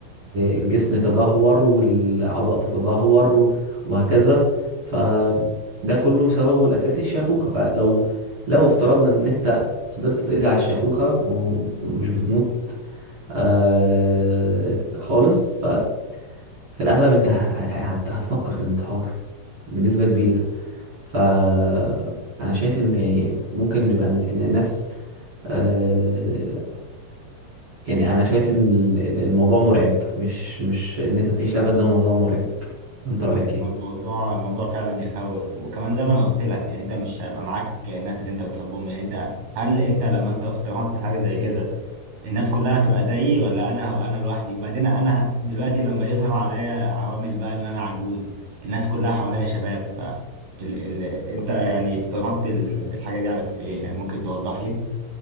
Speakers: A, on the right; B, on the right.
A: الجسم يتدهور والأعضاء تتدهور وهكذا فده كله سببه الأساسي الشيخوخة فلو لو افترضنا إن أنت قدرت تقضي على الشيخوخة ومش بتموت آه خالص ففي الأغلب أنت ه- ه- هت- هتفكر في الانتحار بنسبة كبيرة فأنا شايف إن يعني ممكن نبقى إن إن الناس آه، يعني انا شايف ان ال- ال- الموضوع مرعب مش مش ان انت تعيش لابد ده موضوع مرعب انت رأيك ايه
B: الموضوع الموضوع فعلا يخوف وكمان زي ما انا قلت لك يعني انت مش هيبقى معاك الناس اللي انت بتحبهم يعني انت هل انت لما انت افترضت حاجه زي كده الناس كلها هتبقى زيي ولا انا هبقى انا لوحدي وبعدين انا ه- دلوقتي لما يظهر عليا عوامل بقى ان انا عجوز الناس كلها حواليا شباب ف ال... ال... انت يعني افترضت الح- الحاجه دي على اساس ايه يعني ممكن توضح لي